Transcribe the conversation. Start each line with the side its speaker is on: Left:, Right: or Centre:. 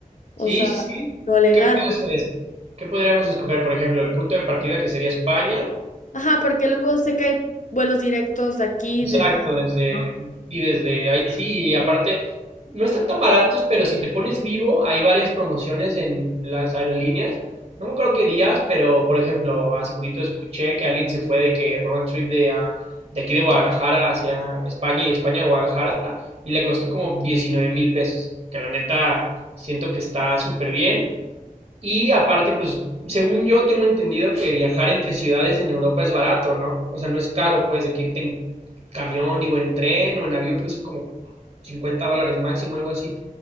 Left: O
Right: Sí,
Left: sea,
Right: sí, sí.
Left: lo legal.
Right: ¿Qué podría hacer es- ¿Qué podríamos escoger? Por ejemplo, el punto de partida que sería España,
Left: Ajá, porque luego sé que hay vuelos directos de aquí.
Right: Exacto,
Left: De...
Right: desde,
Left: ¿no?
Right: y desde ahí sí, y aparte, no están tan baratos, pero si te pones vivo, hay varias promociones en las aerolíneas. No me acuerdo qué días, pero por ejemplo, hace poquito escuché que alguien se fue de que round trip de, ah, de aquí de Guadalajara hacia España y de España a Guadalajara y le costó como diecinueve mil pesos, que la neta siento que está súper bien. Y aparte, pues, según yo tengo entendido que viajar entre ciudades en Europa es barato, ¿no? O sea, no es caro, pues, de que irte en camión, digo, en tren o en avión, pero son como 50 dólares máximo, algo así.